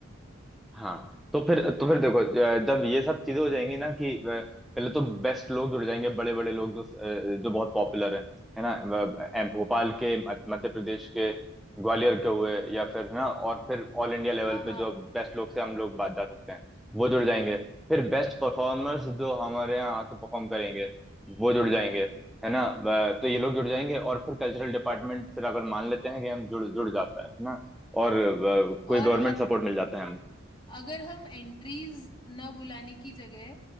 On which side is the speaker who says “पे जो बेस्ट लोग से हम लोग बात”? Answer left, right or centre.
Centre